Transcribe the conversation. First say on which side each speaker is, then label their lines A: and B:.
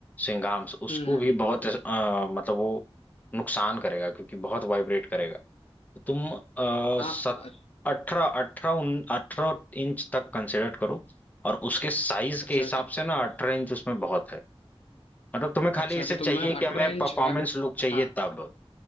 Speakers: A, on the left (about 15°); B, on the left (about 85°).
A: स्विंग आर्म्स उसको
B: हम्म हम्म।
A: भी बहुत अ, मतलब वो नुकसान करेगा क्योंकि बहुत वाइब्रेट करेगा तो तुम आ,
B: हाँ
A: सत
B: अ-
A: अठारह अठारह उन अठारह इंच तक कंसिडर करो और उसके साइज
B: अच्छा
A: के हिसाब
B: अच्छा
A: से ना अठारह इंच उसमें बहुत है मतलब तुम्हें खाली
B: अच्छा
A: इसे
B: अच्छा
A: चाहिए
B: तो मैं
A: कि
B: अठारह
A: हमें परफॉर्मेंस
B: इंच अगर
A: लुक चाहिए
B: हाँ
A: तब